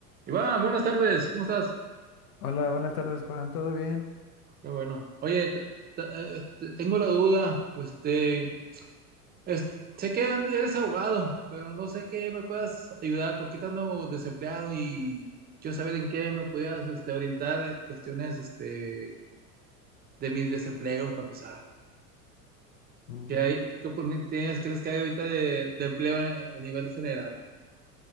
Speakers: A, on the right; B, on the left.
A: Iván, buenas tardes, ¿cómo estás?
B: Hola, buenas tardes, Juan. ¿Todo bien?
A: Qué bueno. Oye, t- t- eh, t- tengo la duda, este, es- sé que eres abogado, pero no sé qué me puedas ayudar, porque estando desempleado y quiero saber en qué me pudieras este, orientar en cuestiones este, de mi desempleo, para empezar.
B: Mm,
A: ¿Qué hay, qué oportunidades crees que hay ahorita de, de empleo en- a nivel general?